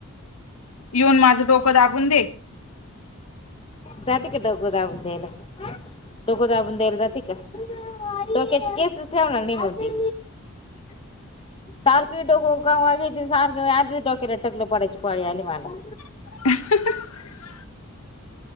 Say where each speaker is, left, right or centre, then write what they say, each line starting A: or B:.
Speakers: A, on the left; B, on the left.
A: येऊन माझ डोक दाबून दे.
B: जाती का डोक दाबून द्यायला. डोक दाबून द्यायला जाती का? डोक्याची केसच ठेवणार नाही मग ती. सारखे डोक कंगवा घेते आणि सारख आधीच डोक्याला टकल पडायची पाळी आली मला.
A: हंह